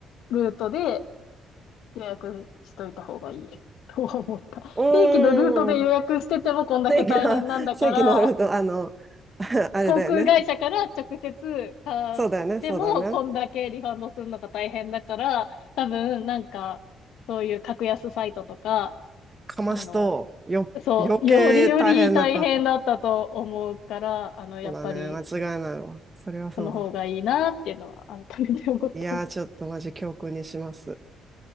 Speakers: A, on the left (about 85°); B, on the right (about 20°).
A: ルートで予約しといた方がいい <laughs> とは思った。
B: うーん。
A: 正規のルートで予約しててもこんだけ大変なんだから、
B: 正規の、正規のルーあの、<laughs> あれだよね。
A: 航空会社から直接買ってもこんだけリファンドするのが大変だから、
B: そうだよね、そうだね。
A: 多分なんかそういう格安サイトとか、
B: かますと、
A: あの、
B: よ、
A: そう、
B: 余計大変なこと。
A: よりより大変だったと思うから、あの、やっぱり
B: そうだね、間違いないわ。それはそうだ。
A: その方がいいなっていうのは改めて思った。
B: いやー、ちょっとマジ教訓にします。